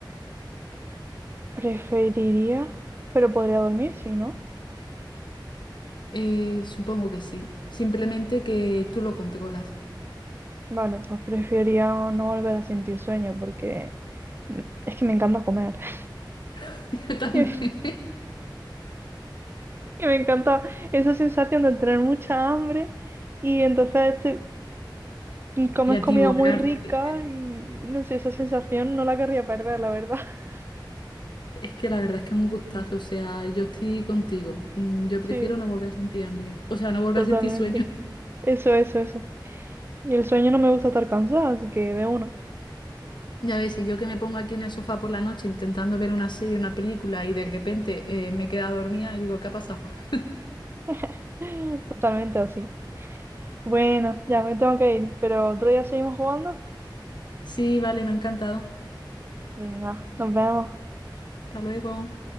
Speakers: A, on the right (about 30°); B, on the left (about 65°).
A: Preferiría, pero podría dormir, sí, ¿no?
B: Eh, supongo que sí. Simplemente que tú lo controlas.
A: Vale, pues prefería no volver a sentir sueño porque mm, es que me encanta comer. <laughs>
B: <laughs> Yo también.
A: Y, y me encanta esa sensación de tener mucha hambre y entonces te- comes
B: Y a
A: comida
B: ti borrarte.
A: muy rica y no sé, esa sensación no la querría perder, la verdad. <laughs>
B: Es que la verdad es que es un gustazo. O sea, yo estoy contigo. Mm, Yo prefiero
A: Sí,
B: no volver a sentir hambre. O sea, no volver
A: totalmente.
B: a sentir sueño.
A: Eso, eso, eso. Y el sueño no me gusta estar cansada, así que de uno.
B: Ya ves, y yo que me pongo aquí en el sofá por la noche intentando ver una serie, una película y de repente eh, me he quedado dormida y digo, ¿qué ha pasado? <laughs>
A: <laughs> Totalmente así. Bueno, ya me tengo que ir, pero otro día seguimos jugando.
B: Sí, vale, me ha encantado.
A: Venga, nos vemos.
B: Hasta luego.